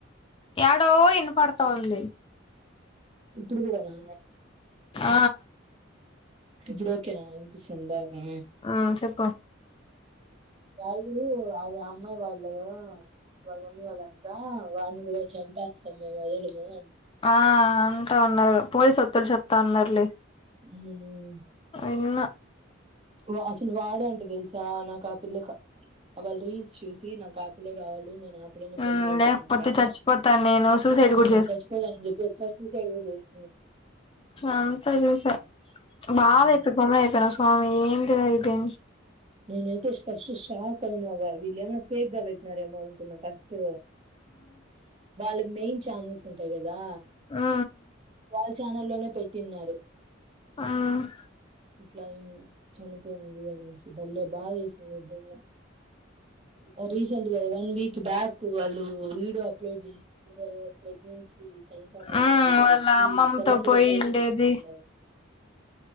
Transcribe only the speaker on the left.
యాడో ఇన్పడ్త ఉంది.
ఆ
ఉమ్ చెప్పు
ఆ అంటా అన్నారు. పోలీస్ వత్తులు చెప్తా ఉన్నారులే
ఇన్న
ఉమ్
లేకపోతే చచ్చిపోతాను నేను సూసైడ్
కూడా
అంత చూస <unintelligible>
స్వామి ఏం తినది
ఆ
ఆ ఆ
ఆ
వాళ్ళ
అమ్మమ్మతో
పోయి
ఉండేది